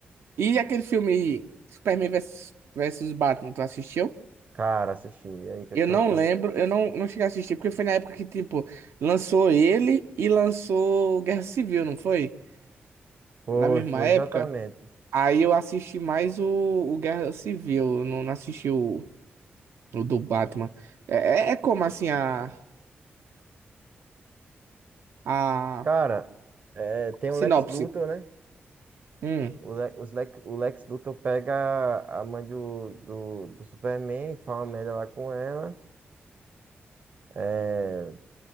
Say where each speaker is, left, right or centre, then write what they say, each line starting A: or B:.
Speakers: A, on the right; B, on the right.
A: E aquele filme Superman versus, versus Batman, tu assistiu?
B: Cara, assisti. E aí, o que,
A: Eu
B: é que tu
A: não
B: achou?
A: lembro, eu não, não cheguei a assistir, porque foi na época que, tipo, lançou ele e lançou Guerra Civil, não foi?
B: Foi,
A: Na mesma
B: foi,
A: época.
B: exatamente.
A: Aí eu assisti mais o, o Guerra Civil, eu não, não assisti o, o do Batman. É, é- é como, assim, a, a
B: Cara, é, tem o
A: sinopse.
B: Lex Luthor, né?
A: Hum,
B: O, Le, os Lex, o Lex Luthor pega a mãe do, do, do Superman, e fala uma merda lá com ela. É,